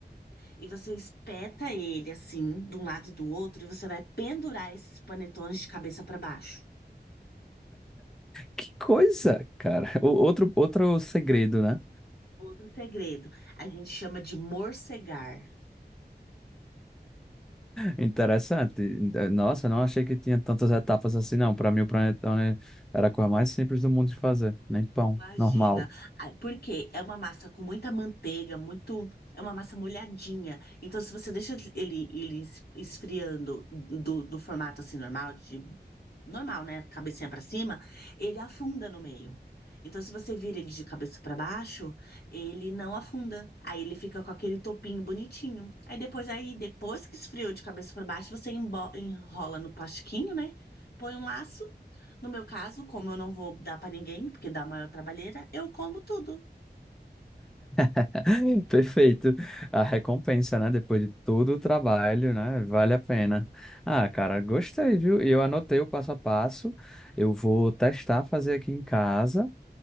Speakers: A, on the left; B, in the centre.
A: E você espeta ele assim, de um lado e do outro, e você vai pendurar esses panetones de cabeça para baixo.
B: que coisa, cara. O, outro, outro segredo, né?
A: Outro segredo, a gente chama de morcegar.
B: Interessante. Eh, Nossa, não achei que tinha tantas etapas assim, não. Para mim, o panetone era a coisa mais simples do mundo de fazer. Nem pão,
A: Imagina,
B: normal.
A: Ah, porque é uma massa com muita manteiga, muito, é uma massa molhadinha. Então, se você deixa ele, ele es- esfriando do, do formato assim normal de normal, né? Cabecinha pra cima, ele afunda no meio. Então, se você vira ele de cabeça pra baixo, ele não afunda. Aí ele fica com aquele topinho bonitinho. Aí depois, aí depois que esfriou de cabeça pra baixo, você embo- enrola no plastiquinho, né? Põe um laço. No meu caso, como eu não vou dar pra ninguém, porque dá maior trabalheira, eu como tudo.
B: <laughs> Perfeito. A recompensa, né? Depois de todo o trabalho, né? Vale a pena. Ah, cara, gostei, viu? E Eu anotei o passo a passo. Eu vou testar fazer aqui em casa.